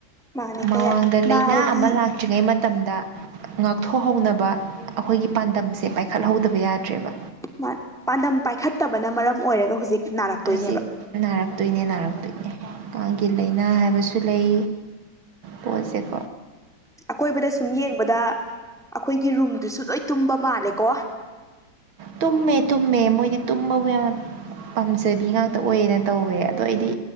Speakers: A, in the centre; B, on the right.
A: ꯃꯥꯅꯦ
B: ꯃꯃꯥꯡꯗ
A: ꯀꯌꯥ
B: ꯂꯩꯥꯏꯅꯥ
A: ꯅꯥꯔꯗꯤ
B: ꯑꯃ ꯂꯥꯛꯇ꯭ꯔꯤꯉꯩ ꯃꯇꯝꯗ ꯉꯥꯛꯊꯣꯛꯍꯧꯅꯕ ꯑꯩꯈꯣꯏꯒꯤ ꯄꯥꯟꯗꯝꯁꯦ ꯄꯥꯏꯈꯠꯍꯧꯗꯕ ꯌꯥꯗ꯭ꯔꯦꯕ
A: ꯃꯥ ꯄꯥꯟꯗꯝ ꯄꯥꯏꯈꯠꯇꯕꯅ ꯃꯔꯝ ꯑꯣꯏꯔꯒ ꯍꯧꯖꯤꯛ ꯅꯥꯔꯛꯇꯣꯏꯅꯦꯕ
B: ꯍꯧꯖꯤꯛ ꯅꯥꯔꯛꯇꯣꯏꯅꯦ ꯅꯥꯔꯛꯇꯣꯏꯅꯦ ꯀꯥꯡꯒꯤ ꯂꯥꯏꯅꯥ ꯍꯥꯏꯕꯁꯨ ꯂꯩ ꯄꯣꯠꯁꯦꯛ
A: ꯑꯀꯣꯏꯕꯗ ꯁꯨꯝ ꯌꯦꯡꯕꯗ ꯑꯩꯈꯣꯏꯒꯤ ꯔꯨꯝ ꯑꯗꯨꯁꯨ ꯂꯣꯏ ꯇꯨꯝꯕ ꯃꯥꯜꯂꯦꯀꯣ
B: ꯇꯨꯝꯃꯦ ꯇꯨꯝꯃꯦ ꯃꯣꯏꯗꯤ ꯇꯨꯝꯕꯕꯨ ꯌꯥꯝꯅ ꯄꯥꯝꯖꯕꯤ ꯉꯥꯛꯇ ꯑꯣꯏꯌꯦꯅ ꯇꯧꯋꯦ ꯑꯗꯣ ꯑꯩꯗꯤ